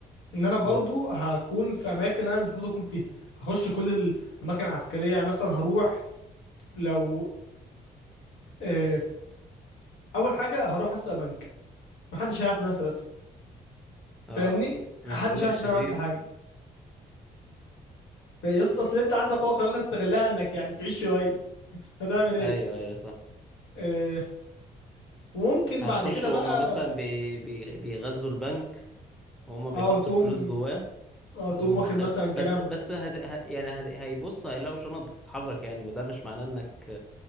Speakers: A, on the left (about 70°); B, in the centre.
A: إن أنا برضو
B: قول
A: هكون في أماكن أنا مش المفروض أكون فيها هخش كل الأماكن العسكرية يعني مثلا هروح لو آه، أول حاجة هروح أسرق بنك محدش هيعرف إن أنا سرقته
B: اه
A: فاهمني
B: مش
A: حد
B: بقولك
A: شاف
B: شرير
A: ان انا عملت حاجه يا اسطى اصل انت عندك قوه خارقه استغلها انك يعني تعيش شويه هتعمل ايه
B: ايوه ايوه صح
A: آه وممكن
B: هتخش
A: بعد كده
B: وهم
A: بقى
B: مثلا بي... بي... بيغذوا البنك وهم بيحطوا
A: اه تقوم
B: الفلوس جواه
A: اه تقوم
B: تقوم
A: واخد
B: واخد
A: مثلا كام
B: بس بس هد... ه... يعني هد... هيبص هيلاقوا شنط بتتحرك يعني ما ده مش معناه انك